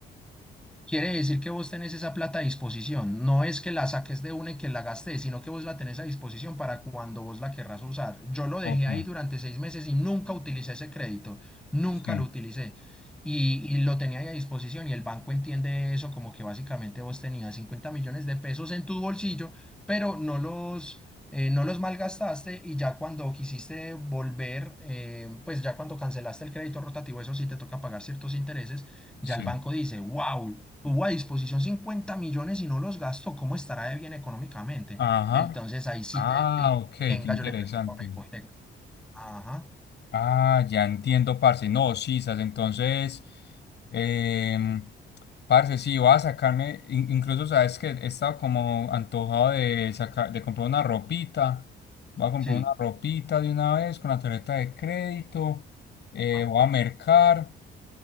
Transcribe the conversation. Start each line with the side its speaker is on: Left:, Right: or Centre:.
Centre: Quiere decir que vos tenés esa plata a disposición. No es que la saques de una y que la gastes, sino que vos la tenés a disposición para cuando vos la querrás usar. Yo lo dejé
Left: Ok,
Centre: ahí durante seis meses y nunca utilicé ese crédito. Nunca
Left: sí,
Centre: lo utilicé. Y, y lo tenía ahí a disposición y el banco entiende eso como que básicamente vos tenías 50 millones de pesos en tu bolsillo, pero no los, eh, no los malgastaste y ya cuando quisiste volver, eh, pues ya cuando cancelaste el crédito rotativo, eso sí te toca pagar ciertos intereses ya
Left: sí.
Centre: el banco dice, wow, tuvo a disposición 50 millones y no los gastó, ¿cómo estará de bien económicamente?
Left: Ajá.
Centre: Entonces ahí sí
Left: Ah,
Centre: te dice,
Left: ok, qué
Centre: venga,
Left: interesante.
Centre: yo le presto para una hipoteca. Ajá,
Left: Ah, ya entiendo, parce. No, sí, sas, entonces, em, parce, sí, voy a sacarme, in- incluso sabes que he estado como antojado de sacar, de comprar una ropita. Voy a comprar
Centre: sí.
Left: una ropita de una vez con la tarjeta de crédito. eh,
Centre: Ajá,
Left: voy a mercar